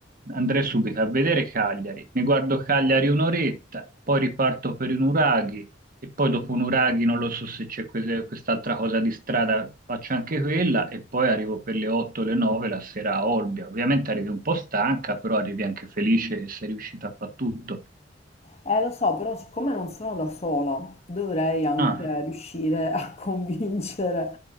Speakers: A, on the right; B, on the left.
A: andrei subito a vedere Cagliari, mi guardo Cagliari un'oretta, poi riparto per i nuraghi e poi dopo un Uraghi, non lo so se c'è quese- quest'altra cosa di strada, faccio anche quella e poi arrivo per le 8 o le 9 la sera a Olbia. Ovviamente arrivi un po' stanca, però arrivi anche felice e sei riuscita a fare tutto.
B: Eh, lo so, però siccome non sono da sola, dovrei anche
A: Ah,
B: riuscire a <laughs> convincere,